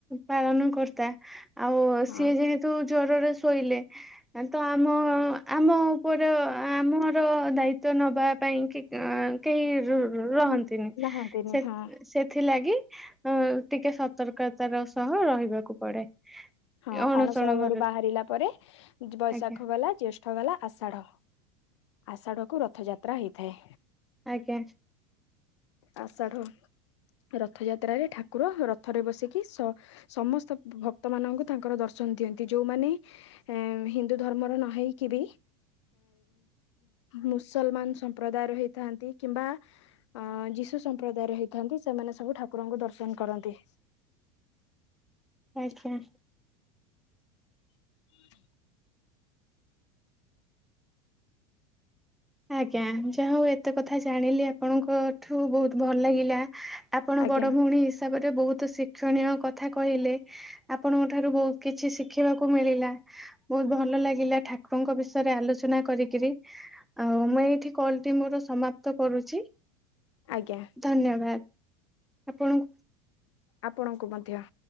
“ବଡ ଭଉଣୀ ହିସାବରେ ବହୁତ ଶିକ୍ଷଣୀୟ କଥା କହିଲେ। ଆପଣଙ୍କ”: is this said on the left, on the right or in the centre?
Centre